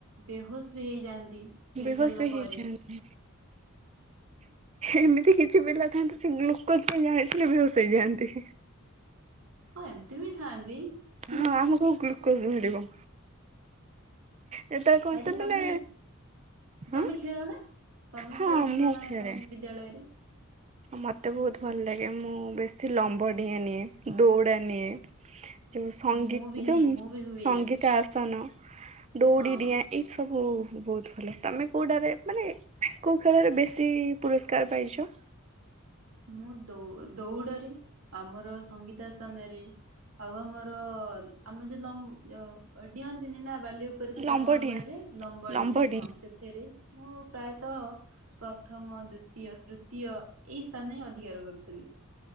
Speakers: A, on the right; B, on the right.
A: ବେହୋସ୍ ବି ହେଇଯାଆନ୍ତି ଖେଳି
B: ବେହସ
A: ସାରିଲା
B: ହେଇଯାନ୍ତି।
A: ପରେ।
B: ଏମିତି କି କିଛି ପିଲା ଥାଆନ୍ତି ସେ ଗ୍ଲୁକୋଜ ପାଇଁ ଜାଣି ଶୁଣି ବେହୋସ ହେଇଯାଆନ୍ତି।
A: ହଁ ଏମିତି ବି ଥାଆନ୍ତି ହୁଁ।
B: ହଁ ଆମକୁ ଗ୍ଲୁ କୋଜ୍ ମିଳିବ। ଯେତେବେଳେ କଣ
A: ଆରେ
B: ସେମାନେ
A: ତମେ
B: ହଁ
A: ତମେ ଖେଳ ନା। ତମେ
B: ହଁ
A: ଖେଳୁଥିଲ
B: ମୁଁ
A: ନା
B: ଖେଳେ।
A: ତମ ବିଦ୍ୟାଳୟରେ।
B: ମତେ ବହୁତ ଭଲ ଲାଗେ ମୁଁ ବେଶୀ ଲମ୍ବ ଡିଆଁ ନିଏ ଦୌଡ଼ା ନିଏ।
A: <inaudible>
B: ଯୋଉ ସଙ୍ଗୀତମ୍
A: ମୁଁ ବି ନିଏ ମୁଁ ବି ହୁଏ
B: ସଙ୍ଗୀତ ଆସ ସନ ଦୌଡି
A: ହଁ।
B: ଡିଆଁ ଏ ସବୁ ବହୁତ ଭଲ ତମେ କୋଉଟାରେ ମାନେ କୋଉ ଖେଳରେ ବେଶୀ ପୁରସ୍କାର ପାଇଚ।
A: ମୁଁ ଦୌ ଦୌଡ଼ରେ ଆମର ସଙ୍ଗୀତ ଆସନ ରେ। ଆଉ ଆମର ଆମ ଯୋଉ ଲମ୍ବ ଯଉ ଡିଅନ୍ତିନି ନା ବାଲି ଉପ ଉପରେ ସେଟା
B: ଲମ୍ବଡିିଆଁ
A: କଣ କୁହାଯାଏ ଲମ୍ବ
B: ଲମ୍ବଡିିଆଁ
A: ଡିଆଁ ହଁ ସେ ଥିରେ ମୁଁ ପ୍ରାୟତଃ ପ୍ରଥମ ଦ୍ୱିତୀୟ ତୃତୀୟ ଏଇ ସ୍ଥାନ ହିଁ ଅଧିକାର କରୁଥିଲି।